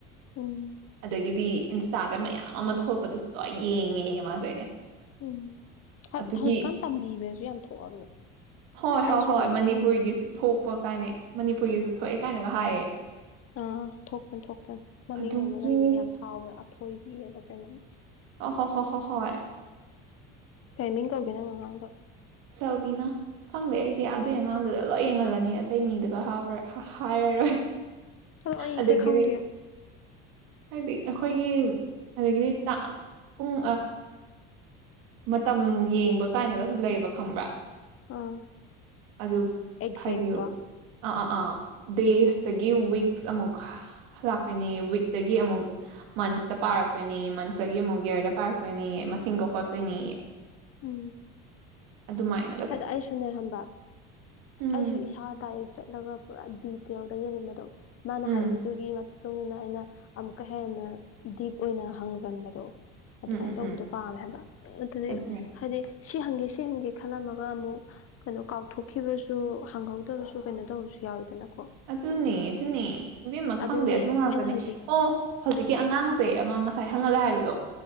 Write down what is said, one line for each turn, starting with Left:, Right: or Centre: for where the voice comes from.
Left: ꯎꯝ
Right: ꯑꯗꯒꯤꯗꯤ ꯏꯟꯁꯇꯥꯗ ꯃꯌꯥꯝ ꯑꯃ ꯊꯣꯛꯄꯗꯨꯁꯨ ꯂꯣꯏ ꯌꯦꯡꯉꯦ ꯃꯥꯁꯦ
Left: ꯎꯝ
Right: ꯑꯗꯨꯒꯤ
Left: ꯍꯧꯖꯤꯛꯀꯥꯟ ꯇꯝꯕꯤꯕ꯭ꯔꯁꯨ ꯌꯥꯝ ꯊꯣꯛꯑꯕꯅꯦ
Right: ꯍꯣꯏ
Left: ꯑꯩꯁꯨ
Right: ꯍꯣꯏ ꯍꯣꯏ
Left: ꯁꯨꯝ
Right: ꯃꯅꯤꯄꯨꯔꯒꯤꯁꯨ ꯊꯣꯛꯄ ꯀꯥꯏꯅ ꯃꯅꯤꯄꯨꯔꯒꯤꯁꯨ
Left: ꯎꯝ ꯎꯝ
Right: ꯊꯣꯛꯑꯦ
Left: ꯎꯝ
Right: ꯀꯥꯏꯅꯒ ꯍꯥꯏꯌꯦ
Left: ꯑꯥ ꯊꯣꯛꯄꯅꯤ ꯊꯣꯛꯄꯅꯤ ꯃꯃꯤꯡ
Right: ꯑꯗꯨꯒꯤ
Left: ꯑꯃ ꯂꯩꯕꯅꯦ ꯌꯥꯝ ꯐꯥꯎꯕ ꯑꯊꯣꯏꯕꯤꯑꯕ ꯀꯩꯅꯣꯝ
Right: ꯑꯣ ꯍꯣ ꯆ ꯆꯣ ꯍꯣꯏ
Left: ꯇꯥꯏꯃꯤꯡ ꯀꯧꯒꯦ ꯅꯪ ꯑꯉꯥꯡꯗꯣ
Right: ꯁꯦꯜꯕꯤꯅꯥ ꯈꯪꯗꯦ ꯑꯩꯗꯤ ꯑ ꯑꯗꯨꯏ
Left: ꯎꯝ
Right: ꯑꯉꯥꯡꯗꯨꯗ ꯂꯣꯏ ꯌꯦꯡꯍꯜꯂꯅꯤ ꯑꯇꯩ ꯃꯤꯗꯨꯒꯄ ꯍꯥꯏꯔꯔꯣꯏ
Left: ꯑꯗꯣ ꯑꯩꯁꯦ
Right: ꯑꯗꯒꯤꯗꯤ
Left: ꯈꯪꯗꯦ
Right: ꯍꯥꯏꯗꯤ ꯑꯩꯈꯣꯏꯒꯤ ꯑꯗꯒꯤꯗꯤ ꯄꯨꯡ ꯃꯇꯝ ꯌꯦꯡꯕ꯭ꯔꯥ ꯀꯥꯏꯅꯒꯁꯨ ꯂꯩꯌꯦꯕ ꯈꯪꯕ꯭ꯔꯥ
Left: ꯑꯥ
Right: ꯑꯗꯨ
Left: ꯑꯦꯛꯖꯦꯛꯇꯣ
Right: ꯍꯥꯏꯗꯤ ꯑꯥ ꯑꯥ ꯑꯥ ꯗꯦꯖꯇꯒꯤ
Left: ꯎꯝ
Right: ꯋꯤꯛꯁ ꯑꯃꯨꯛ ꯂꯥꯛꯇꯣꯏꯅꯦ ꯋꯤꯛꯇꯒꯤ ꯑꯃꯨꯛ ꯃꯟꯁꯇ ꯄꯥꯔꯛꯇꯣꯏꯅꯤ ꯃꯟꯁꯇꯒꯤ ꯑꯃꯨꯛ ꯒꯌꯔꯗ ꯄꯥꯔꯛꯇꯣꯏꯅꯤ ꯃꯁꯤꯡꯗꯣ ꯈꯣꯠꯇꯣꯏꯅꯤ
Left: ꯎꯝ
Right: ꯑꯗꯨꯃꯥꯏ
Left: ꯍꯥꯏꯗ ꯑꯩꯁꯨꯅꯦ ꯈꯡꯕ
Right: ꯎꯝ
Left: ꯑꯩꯁꯨ ꯏꯁꯥ ꯗꯥꯏꯔꯦꯛ ꯆꯠꯂꯒ ꯄꯨꯔꯥ ꯗꯤꯇꯦꯜꯗ ꯌꯦꯡꯅꯤꯡꯕꯗꯣ ꯃꯥꯅ
Right: ꯎꯝ
Left: ꯍꯥꯏꯔꯤꯗꯨꯒꯤ ꯃꯇꯨꯡꯟꯅ ꯑꯩꯅ ꯑꯃꯨꯛꯀ ꯍꯦꯟꯅ ꯗꯤꯞ ꯑꯣꯏꯅ ꯍꯪꯖꯟꯕꯗꯣ ꯑꯗꯨꯃꯥꯏꯅ
Right: ꯎꯝ ꯎꯝ
Left: ꯇꯧꯕꯗꯣ
Right: ꯎꯝ
Left: ꯄꯥꯝꯃꯦ ꯍꯥꯏꯕ ꯑꯗꯨꯗꯤ
Right: ꯑꯗꯨꯅꯦ
Left: ꯍꯥꯏꯗꯤ ꯁꯤ ꯍꯪꯒꯦ ꯁꯤ ꯍꯪꯒꯦ ꯈꯜꯂꯝꯃꯒ ꯑꯃꯨꯛ ꯀꯩꯅꯣ ꯀꯥꯎꯊꯣꯛꯈꯤꯕꯁꯨ ꯍꯪꯍꯧꯗꯕꯁꯨ ꯀꯩꯅꯣ ꯇꯧꯕꯁꯨ ꯌꯥꯎꯋꯤꯗꯅꯀꯣ
Right: ꯑꯗꯨꯅꯦ ꯑꯗꯨꯅꯦ ꯏꯕꯦꯝꯃ ꯈꯪꯗꯦ
Left: ꯑꯗꯒꯤ
Right: ꯑꯗꯨ ꯉꯥꯛꯇꯅꯦ
Left: ꯑꯩꯅ ꯍꯧꯖꯤꯛ
Right: ꯑꯣ ꯍꯧꯖꯤꯛꯀꯤ ꯑꯉꯥꯡꯁꯦ ꯑꯃ ꯉꯁꯥꯏ ꯍꯪꯉꯥꯜꯂꯦ
Left: ꯎꯝ
Right: ꯍꯥꯏꯕꯗꯣ